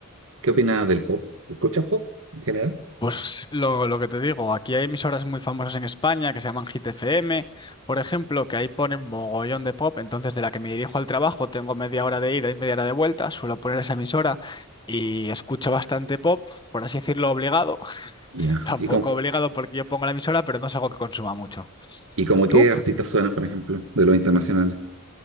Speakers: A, on the right; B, on the left.
A: ¿Qué opinas del pop? ¿Escuchas pop en general?
B: Pues lo, lo que te digo, aquí hay emisoras muy famosas en España que se llaman Hit FM, por ejemplo, que ahí ponen mogollón de pop, entonces de la que me dirijo al trabajo tengo media hora de ida y media hora de vuelta, suelo poner esa emisora y escucho bastante pop, por así decirlo, obligado, <laughs>
A: Ya.
B: tampoco
A: ¿Y como
B: obligado porque yo pongo la emisora, pero no es algo que consuma mucho.
A: y como qué
B: ¿Tú?
A: artistas suenan, por ejemplo, de los internacionales?